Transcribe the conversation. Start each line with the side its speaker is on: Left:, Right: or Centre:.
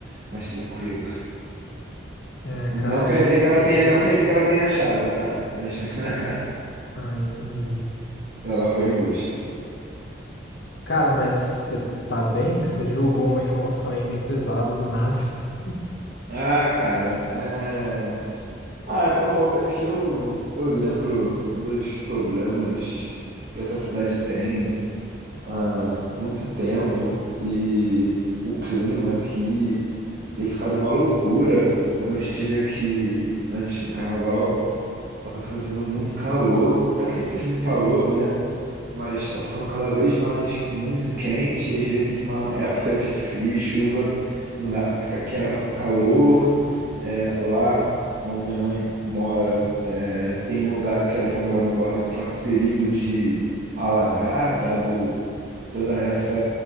Right: mais tranquila.
Left: É,
Right: Não
Left: cara,
Right: quer
Left: eu,
Right: dizer que ela
Left: eu
Right: tenha,
Left: escutei.
Right: não quer dizer que ela tenha achado, tá? Mas <laughs>
Left: Ah, entendi.
Right: ela foi em busca.
Left: Cara, mas você tá bem? Que você jogou uma informação aí bem pesada do nada, <laughs> assim.
Right: Ah, cara, é... Ah, quando eu volto aqui eu, eu lembro dos problemas que essa cidade tem há muito tempo e o clima aqui tem ficado uma loucura. Quando eu estive aqui antes do carnaval, Tava enfrentando muito calor. Aqui sempre faz muito calor, né? Mas tá ficando cada vez mais muito quente e às vezes uma época de frio, e chuva, numa época que, tá, que era para estar calor. É, lá onde minha mãe mora, é, tem um lugar que ela tá morando agora que tá com perigo de alagar, dado toda essa